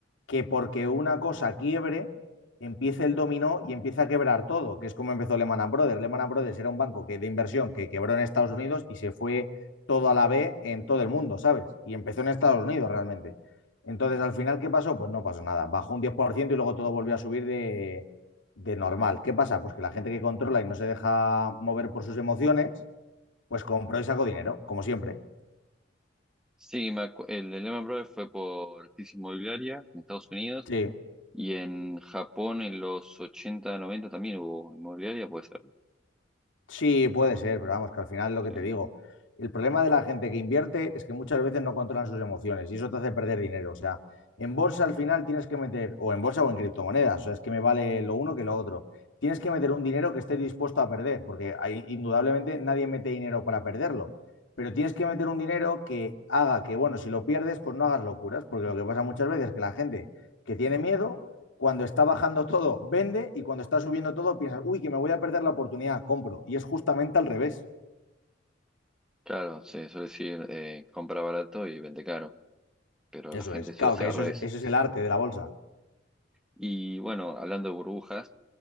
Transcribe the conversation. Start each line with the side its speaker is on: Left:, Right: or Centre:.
Left: que porque una cosa quiebre, empiece el dominó y empiece a quebrar todo, que es como empezó Lehman Brothers. Lehman Brothers era un banco que, de inversión que quebró en Estados Unidos y se fue todo a la B en todo el mundo, ¿sabes? Y empezó en Estados Unidos realmente. Entonces, al final, ¿qué pasó? Pues no pasó nada. Bajó un 10% y luego todo volvió a subir de, de normal. ¿Qué pasa? Pues que la gente que controla y no se deja mover por sus emociones, pues compró y sacó dinero, como siempre.
Centre: Sí, me acu- el de Lehman Brothers fue por crisis inmobiliaria en Estados Unidos
Left: Sí.
Centre: Y en Japón en los 80 90 también hubo inmobiliaria, puede ser.
Left: Sí, puede ser, pero vamos, que al final lo que
Centre: Sí.
Left: te digo, el problema de la gente que invierte es que muchas veces no controlan sus emociones y eso te hace perder dinero. O sea, en bolsa al final tienes que meter, o en bolsa o en criptomonedas, o sea, es que me vale lo uno que lo otro. Tienes que meter un dinero que esté dispuesto a perder, porque ahí, indudablemente nadie mete dinero para perderlo, pero tienes que meter un dinero que haga que, bueno, si lo pierdes, pues no hagas locuras, porque lo que pasa muchas veces es que la gente que tiene miedo cuando está bajando todo, vende y cuando está subiendo todo, piensas, uy, que me voy a perder la oportunidad, compro. Y es justamente al revés.
Centre: Claro, se suele decir eh, compra barato y vende caro, pero
Left: Eso
Centre: la gente
Left: es. Claro
Centre: suele hacer
Left: que eso
Centre: al revés.
Left: es, eso es el arte de la bolsa.
Centre: Y bueno, hablando de burbujas,